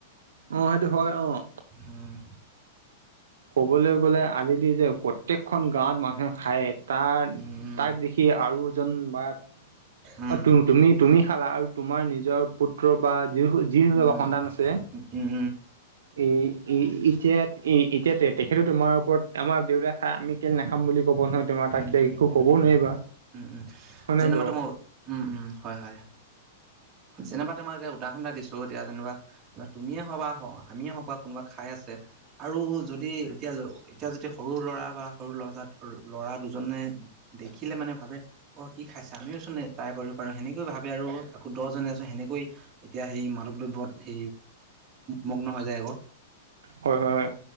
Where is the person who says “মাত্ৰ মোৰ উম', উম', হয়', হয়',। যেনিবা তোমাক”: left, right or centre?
Right